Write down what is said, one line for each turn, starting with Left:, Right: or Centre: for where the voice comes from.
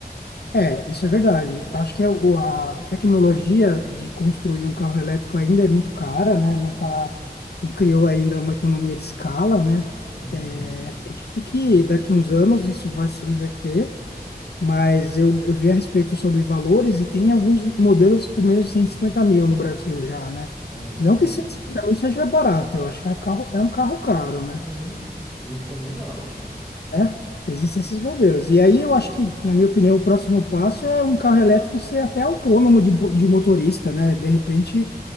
Left: É, isso é verdade. Acho que é o- a tecnologia de construir um carro elétrico ainda é muito cara, né? Não tá, não criou ainda uma economia de escala, né?
Right: Uhum,
Left: É, acredito que daqui uns anos isso vai se reverter, mas eu, eu vi a respeito sobre valores e tem alguns modelos com menos de 150 mil no Brasil já, né?
Right: uhum,
Left: Não que 150 mil seja barato, eu acho que é um carro, é um carro caro,
Right: uhum.
Left: né?
Right: Eu também acho.
Left: né? Existem esses modelos. E aí eu acho que, na minha opinião, o próximo passo é um carro elétrico ser até autônomo de, de motorista, né? De repente